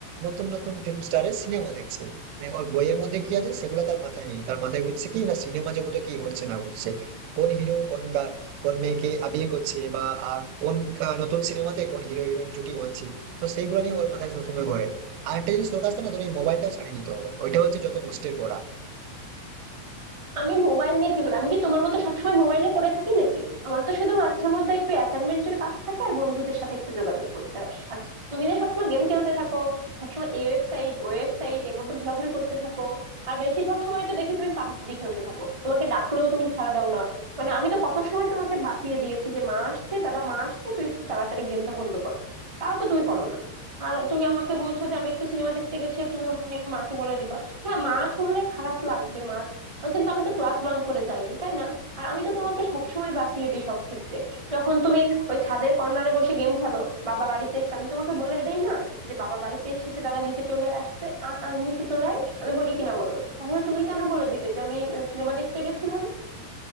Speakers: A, on the right; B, on the right.
A: নতুন নতুন ফিল্ম স্টারের সিনেমা দেখছে মানে ওর বইয়ের মধ্যে কি আছে সেগুলো তার মাথায় নেই তার মাথায় ঘুরছে কি না সিনেমা জগতে কি ঘটছে না ঘটছে কোন হিরো কোন গা- কোন মেয়েকে আহ, বিয়ে করছে বা আহ, কোন আহ, নতুন সিনেমাতে কোন হিরো হিরোইন জুটি বাঁধছে তো সেইগুলো নিয়ে ওর মাথায় সবসময় ঘোরে আর একটা জিনিস তোর কাছে না তোর এই মোবাইলটাও ছাড়িয়ে নিতে হবে ওইটা হচ্ছে যত নষ্টের পড়া
B: আমি মোবাইল নিয়ে কি করি আমি কি তোমার মতো সবসময় মোবাইলে পড়ে থাকি নাকি আমার তো শুধু মাঝে মধ্যে একটু অ্যাসাইনমেন্টের কাজ থাকে আর বন্ধুদের সাথে একটু যোগাযোগ করতে হয় আর তুমি যে সবসময় গেম খেলতে থাকো সবসময় এই ওয়েবসাইট ওই ওয়েবসাইট এভাবে ঘোরাঘুরি করতে থাকো আর বেশিরভাগ সময় তো দেখি তুমি পাবজি খেলতে থাকো তোমাকে ডাকলেও তুমি সাড়া দাও না মানে আমি তো কত সময় তোমাকে বাঁচিয়ে দিয়েছি যে মা আসছে দাদা মা আসছে তুই তাড়াতাড়ি গেমটা বন্ধ কর তাও তো তুমি করো না আর তুমি আমাকে বলছো যে আমি একটু সিনেমা দেখতে গেছি আর তুমি অমনি মাকে বলে দিবা হ্যাঁ মা শুনলে খারাপ লাগবে মার আহ কিন্তু আমি তো ক্লাস বাঙ্ক করে যাইনি তাই না আর আমি তো তোমাকে সবসময় বাঁচিয়ে দিই সব ক্ষেত্রে যখন তুমি ওই ছাদের কর্নারে বসে গেম খেলো বাবা বাড়িতে এসে আমি তোমাকে বলে দেই না যে বাবা বাড়িতে এসেছে দাদা নিচে চলে আসতে আ- আ, নিচে চলে আয় আমি বলি কিনা বলো তাহলে তুমি কেন বলে দিবে যে আমি সিনেমা দেখতে গেছিলাম